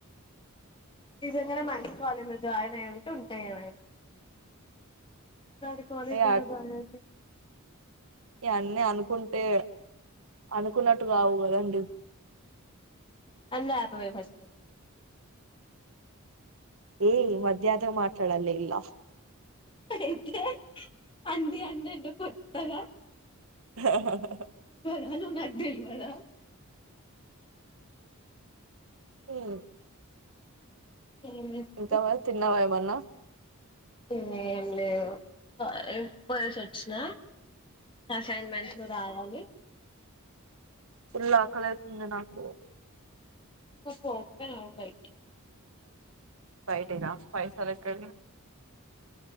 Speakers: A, on the left; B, on the right.
A: నిజంగానే మంచి కాలేజ్ లో జాయిన్ అయి ఉంటే ఉంటాయ్ ఏమైనా ఇలాంటి కాలేజ్
B: ఇగ
A: లో జాయిన్ అయితే
B: ఇయన్నీ అనుకుంటే అనుకున్నట్టు గావు కదండి
A: లేపవే ఫస్ట్
B: ఈ మధ్యతో మాట్లాడలె ఇగ
A: అయితే అండి అందెంటో కొత్తగ
B: ఆ
A: ఆ నువ్వు నాకు దెల్వద
B: ఉమ్.
A: ఏం చేస్తున్నావ్
B: ఇంకావా తిన్నావా ఏమన్నా.
A: ఏం లేదు ఇప్పుడే పోయేసి వచ్చిన. అసైన్మెంట్లు రాయాలి.
B: ఫుల్ ఆకలైతుంది నాకు.
A: <unintelligible> ఓపెన్ అవుతాయి వీటికి.
B: బైటెన పైసలు ఎక్కడిము.